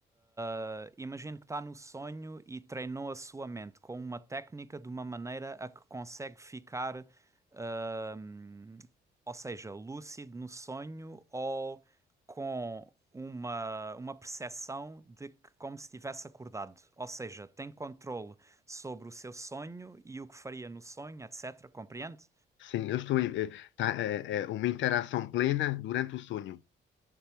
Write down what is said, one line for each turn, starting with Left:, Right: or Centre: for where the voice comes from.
Right: Ah, Imagino que está no sonho e treinou a sua mente com uma técnica de uma maneira a que consegue ficar, ahm, ou seja, lúcido no sonho ou com uma, uma percepção de que como se tivesse acordado. Ou seja, tem controle sobre o seu sonho e o que faria no sonho, etc. Compreende?
Left: Sim, eu estou em, eh, tá, eh, eh, uma interação plena durante o sonho.